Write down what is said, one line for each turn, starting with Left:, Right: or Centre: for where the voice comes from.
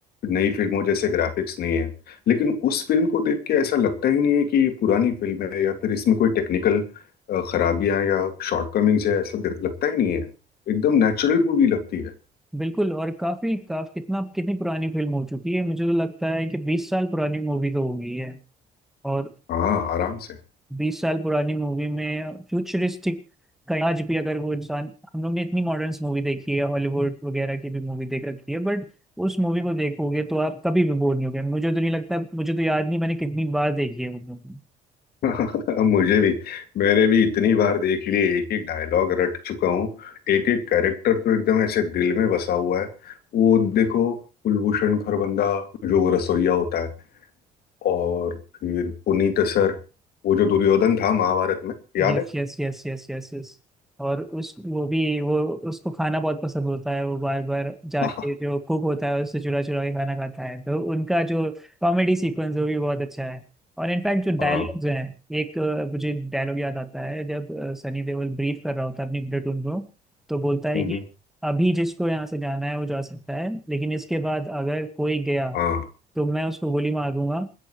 Left: नई फिल्मों जैसे ग्राफिक्स नहीं है लेकिन उस फिल्म को देख के ऐसा लगता ही नहीं है कि ये पुरानी फिल्म है या फिर इसमें कोई टेक्निकल खराबियां या शॉर्टकमिंग्स है ऐसा लगता ही नहीं है एकदम नेचुरल मूवी लगती है
Centre: बिल्कुल और काफी काफ कितना कितनी पुरानी फिल्म हो चुकी है मुझे तो लगता है कि बीस साल पुरानी मूवी तो हो गई है और
Left: हाँ आराम से
Centre: बीस साल पुरानी मूवी में फ्यूचरिस्टिक का आज भी अगर वो इंसान हम लोग ने इतनी मॉडर्न मूवी देखी है हॉलीवुड वगैरह की भी मूवी देख रखी है बट उस मूवी को देखोगे तो आप कभी भी बोर नहीं होगे मुझे तो नहीं लगता मुझे तो याद नहीं मैंने कितनी बार देखी है वो movie
Left: <laughs> मुझे भी मैंने भी इतनी बार देख ली एक एक डायलॉग रट चुका हूँ एक एक कैरेक्टर तो एकदम ऐसे दिल में बसा हुआ है वो देखो कुलभूषण खरबंदा जो रसोइया होता है और फिर पुनीत सर वो जो दुर्योधन था महाभारत में याद
Centre: Yes
Left: है
Centre: yes yes yes yes yes और उस वो भी वो उसको खाना बहुत पसंद होता है वो बार बार जाके
Left: <laughs> हाँ
Centre: जो कुक होता है उससे चुरा चुरा के खाना खाता है तो उनका जो कॉमेडी सीक्वेंस है वो भी बहुत अच्छा है और इनफैक्ट जो डायलॉग्स
Left: हाँ
Centre: हैं एक अ, मुझे डायलॉग याद आता है जब अ, सनी देओल ब्रीफ कर रहा होता है अपनी प्लेटून को तो बोलता है
Left: हम्म,
Centre: कि अभी जिसको यहाँ से जाना है वो जा सकता है लेकिन इसके बाद अगर कोई गया
Left: हाँ
Centre: तो मैं उसको गोली मार दूंगा